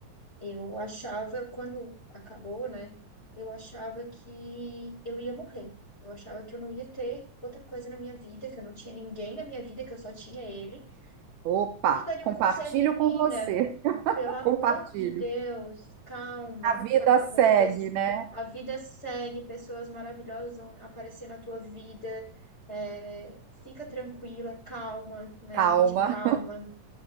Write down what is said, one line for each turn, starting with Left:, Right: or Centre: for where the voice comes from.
Left: Eu achava, quando acabou, né? Eu achava que eu ia morrer. Eu achava que eu não ia ter outra coisa na minha vida, que eu não tinha ninguém na minha vida, que eu só tinha ele.
Right: Opa,
Left: Então, eu daria
Right: compartilho
Left: um conselho, menina.
Right: com você. <laughs>
Left: Pelo amor
Right: Compartilho.
Left: de Deus, calma,
Right: A vida
Left: calma.
Right: segue,
Left: pes-
Right: né?
Left: A vida segue, pessoas maravilhosas vão aparecer na tua vida. É, fica tranquila, calma, né?
Right: Calma.
Left: Pedir calma.